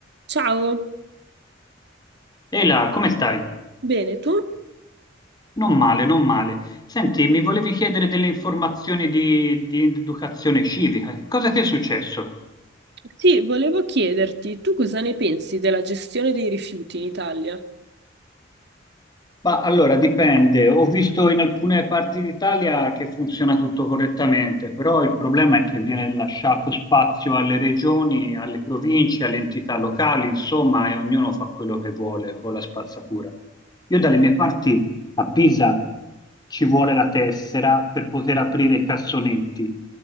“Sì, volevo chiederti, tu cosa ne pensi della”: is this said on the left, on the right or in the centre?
Right